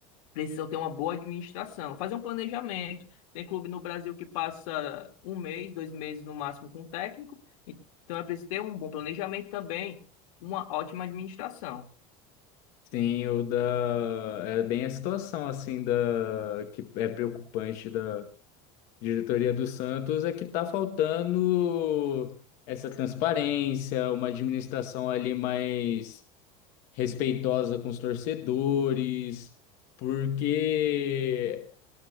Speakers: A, on the left (about 80°); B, on the left (about 45°).
A: precisam ter uma boa administração, fazer um planejamento. Tem clube no Brasil que passa um mês, dois meses no máximo com o técnico, então é preciso ter um bom planejamento também, uma ótima administração.
B: Sim, o da. É bem a situação, assim, da. Que é preocupante da diretoria do Santos, é que tá faltando essa transparência, uma administração ali mais respeitosa com os torcedores, porque